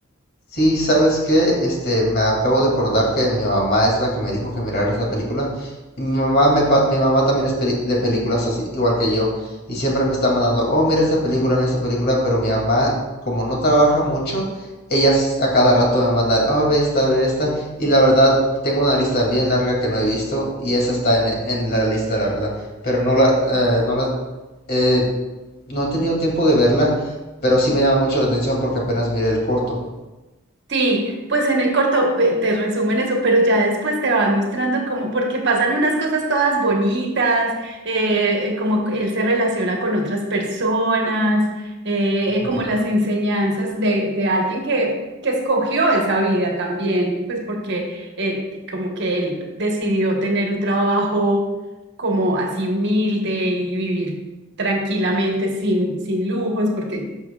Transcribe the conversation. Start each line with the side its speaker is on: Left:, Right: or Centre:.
Left: Sí, ¿sabes qué? Este, me acabo de acordar que mi mamá es la que me dijo que mirara esa película. Y mi mamá, me, pa- mi mamá también es peli- de películas así, igual que yo. Y siempre me está mandando, oh, mira esta película, mira esta película. Pero mi mamá, como no trabaja mucho, ella s- a cada rato me manda, oh, ve esta, ve esta. Y la verdad, tengo una lista bien larga que no he visto. Y esa está en, en la lista, la verdad. Pero no la, eh, no la, eh, no he tenido tiempo de verla. Pero sí me llama mucho la atención porque apenas miré el corto.
Right: Sí, pues en el corto ve- te resumen eso, pero ya después te van mostrando cómo, porque pasan unas cosas todas bonitas, eh, eh, como él se relaciona con otras personas, eh,
Left: <laughs>
Right: eh, como las enseñanzas de, de alguien que, que escogió esa vida también, pues porque eh, como que él decidió tener un trabajo como así humilde y vivir tranquilamente sin, sin lujos, porque